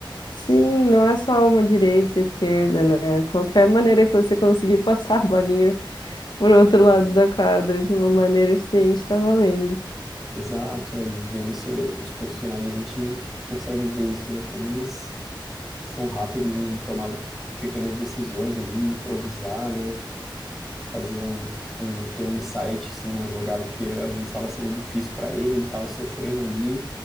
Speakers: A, on the left; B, in the centre.
A: Sim, não é só uma direita e esquerda, né? Qualquer maneira que você conseguir <laughs> passar a bolinha por outro lado da quadra, de uma maneira eficiente, tá valendo.
B: Exato, é, e vendo esse, os profissionais, a gente consegue ver isso, né? Como eles são rápidos em tomar pequenas decisões ali, improvisar, né? fazer um, tipo, um- ter um insight, sim, numa jogada que às vezes estava sendo difícil para ele, ele estava sofrendo ali,